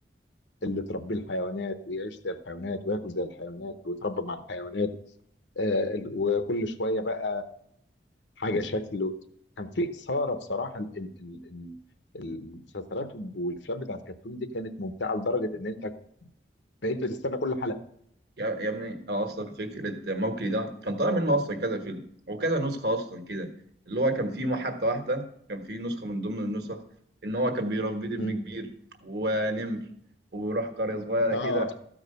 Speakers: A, on the left; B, on the right.
A: اللي تربيه الحيوانات ويعيش زي الحيوانات وياكل زي الحيوانات ويتربى مع الحيوانات آه، ال- وكل شويه بقى حاجه شكله كان في اثاره بصراحه ال- ال- ال- ال- المسلسلات والافلام بتاع الكرتون دي كانت ممتعه لدرجه ان انت بقيت بتستنى كل حلقه
B: يا يا ابني انا اصلا فكره موكلي ده كان طالع منه اصلا كذا فيلم وكذا نسخه اصلا كده اللي هو كان فيه حتى واحده كان فيه نسخه من ضمن النسخ ان هو كان بيربي دب
A: مم.
B: كبير ونمر وبيروح قريه صغيره
A: اه
B: كده